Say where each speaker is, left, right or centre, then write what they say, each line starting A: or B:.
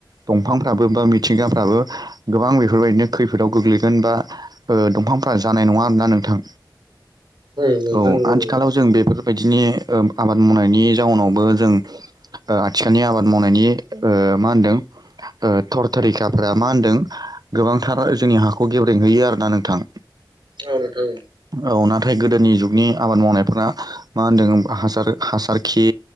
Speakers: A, on the right; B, on the right.
A: दंफांफ्राबो बा मिथिंगाफ्राबो गोबां बेफोरबायदिनो खैफोदाव गोग्लैगोन बा ओ दंफांफ्रा जानाय नङा होमब्ला नोंथां।
B: नोंथां
A: औ
B: नंगौ
A: आथिखालाव
B: नंगौ
A: जों बेफोर बदिनो आबाद मावनायनि जाउनावबो जों ओ आथिखालनि आबाद मावनायनि ओ मा होनदों ओ थर थरिखाफ्रा मा होनदों गोबांथार जोंनि हाखौ गेब्रेंहैयो आर ना नोंथां।
B: औ नोंथां।
A: औ नाथाय गोदोनि जुगनि आबाद मावनायफोरा मा होन्दों हासार हासार खि